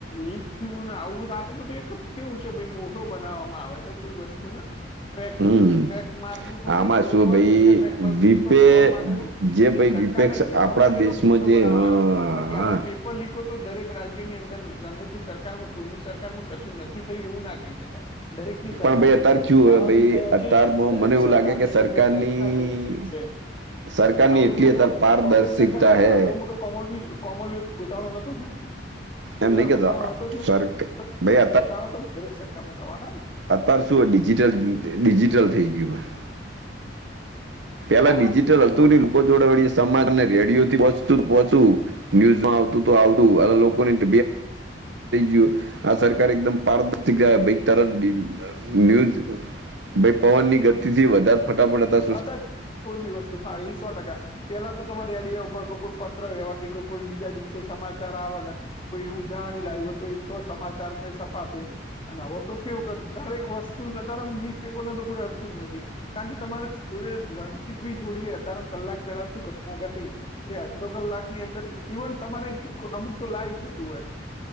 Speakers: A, on the left (about 30°); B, on the right (about 75°).
A: લીક થયું ને આવું બધું આ તો બધું એક કેવું છે ભાઈ મોટો બનાવવામાં આવે છે કોઈ વસ્તુને ટ્રેક
B: હમ
A: ટ્રેક માર્ક ઉપથી
B: આમાં
A: દોરવાનું
B: શું ભાઈ
A: બીજા ટ્રેક માર્ ઉપર
B: વિપે
A: જવા માટેનો
B: જે
A: એક
B: ભાઈ
A: સરકારને
B: વિપેક્ષ
A: ઘેરવા
B: આપણા
A: માટેનો
B: દેશમાં
A: મુદ્દો બનાવવા
B: જે હા
A: આવ્યો બાકી
B: હા.
A: આવા પે પેપર લીકો તો દરેક રાજ્યની અંદર ગમે તે સરકારમાં કોઈની સરકારમાં કશું નથી થયું એવું ના કહી શકાય દરેકની સરકારની
B: પણ ભાઈ અત્યારે
A: અંદર
B: ક્યુ
A: ઘોટાળા
B: હોય ભાઈ
A: ભી થયા
B: અત્યારમાં
A: છે દરેક
B: મને એવું
A: સરકારની
B: લાગે કે સરકારની
A: અંદર કઈક ના કઈક ચીજ છે એ
B: સરકારની
A: આવડો
B: એટલી
A: મોટો
B: અત્યારે પારદર્શિકતા
A: કોંગ્રેસ સરકાર વખત
B: હે
A: આવડો મોટો કો કોમનવેલ્થ ધોટડો નતો થયો કોઈલો
B: એમ નહીં કેતા
A: ઘોટાળો નતો થયો
B: સરક ભાઈ
A: ગોટાળો તો દરેક સરકારમાં થવાના
B: અતાર શું હો ડિજટલ ડિજિટલ થઈ ગયું હ પેલા
A: હા
B: ડિજિટલ
A: હા
B: અ
A: સો
B: હતુની
A: ટકા
B: લોકો જોડવાળ સમાજને રેડિયોથી જ પોચતુ ન્યુઝમાં આવતું તો આવતું લોકો નું <unintelligible> આ સરકાર એકદમ <unintelligible> ભાઈ તરત નયૂઝ ભાઈ પવન ની ગતિથી વધારે ફટાફટ હતા
A: <unintelligible> કોઈ બી વસ્તુ હા એ સો ટકા પેલા તો ત તમામે રેડિયા ઉપર કો કોઈ પત્ર વ્યહરતી કો કોઈ બીજા દિવસે સમાચાર આવેના કોઈ એવું જાણી લાવ્યું હત એ તો સમાચાર છપાતું હોઈ અને હવે તો કેવું દરેક વસ્તુ ત્યારે ન્યુઝપેપર ન તો કોઈ અડતું જ નથી કારણ કે તમારે જોડે રણજીત ભાઈ જોડે અતાર માં કલાક પેલા શું ઘટના ઘટી એ અડધો કલાક ની અંદર ઇવન તમારે અમુક તો લાઈવ છૂટું હોય